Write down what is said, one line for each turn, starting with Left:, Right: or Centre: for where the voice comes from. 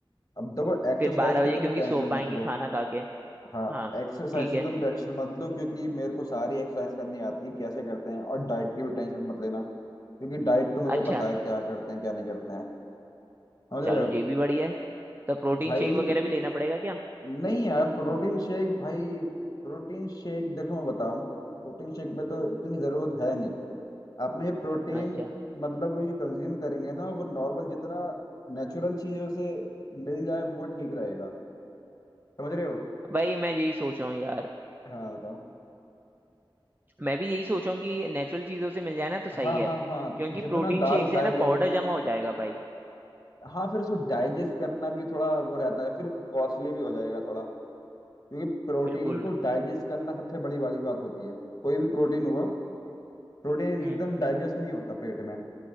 Left: अब देखो एक्सरसाइज
Right: फिर बारह
Left: की
Right: बजे
Left: तुम
Right: क्योंकि
Left: टेंशन
Right: सो पाएंगे
Left: मत लो
Right: खाना खा के
Left: हाँ
Right: हाँ
Left: एक्सरसाइज
Right: ठीक
Left: की
Right: है
Left: तुम टेंशन मत लो क्योंकि मेरे को सारी एक्सरसाइज करनी आती है कैसे करते हैं और डाइट की भी टेंशन मत लेना क्योंकि डाइट तो मुझे
Right: अच्छा
Left: पता है क्या करते हैं क्या नहीं करते हैं समझ
Right: चलो
Left: रहे हो
Right: ये भी बढ़िया है तो प्रोटीन
Left: भाई
Right: शेक वगैरह भी लेना पड़ेगा क्या
Left: नहीं यार प्रोटीन शेक भाई प्रोटीन शेक देखो मैं बताऊं प्रोटीन शेक में तो इतनी जरूरत है नहीं आपने ये प्रोटीन
Right: अच्छा
Left: मतलब ये कंज्यूम करेंगे ना वो नॉर्मल जितना नेचुरल चीजों से मिल जाए वो ठीक रहेगा समझ रहे हो
Right: भाई मैं यही सोच रहा हूँ यार
Left: हाँ बताओ
Right: मैं भी यही सोच रहा हूँ कि नेचुरल चीजों से मिल जाए ना तो सही
Left: हाँ
Right: है
Left: हाँ हाँ
Right: क्योंकि
Left: जितना
Right: प्रोटीन
Left: दाल
Right: शेक
Left: खाई
Right: से है ना
Left: जाएगी
Right: पाउडर
Left: ना
Right: जमा हो जाएगा भाई
Left: हाँ फिर उसको डाइजेस्ट करना भी थोड़ा वो रहता है फिर कॉस्टली भी हो जाएगा थोड़ा क्योंकि प्रोटीन
Right: बिल्कुल
Left: को डाइजेस्ट करना सबसे बड़ी वाली बात होती है कोई भी प्रोटीन हुआ प्रोटीन
Right: हम्म
Left: एकदम डाइजेस्ट नहीं होता पेट में